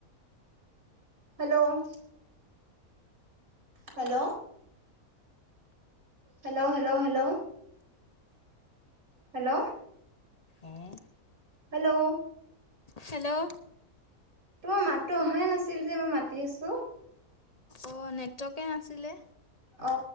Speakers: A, on the right (about 65°); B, on the left (about 35°).
A: Hello? Hello? Hello hello hello? Hello?
B: অঁ।
A: হেল্ল'?
B: হেল্ল'?
A: তোমাৰ মাততো অহাই নাছিল যে মই মাতি আছো?
B: অঁ নেটৱকে নাছিলে।
A: অ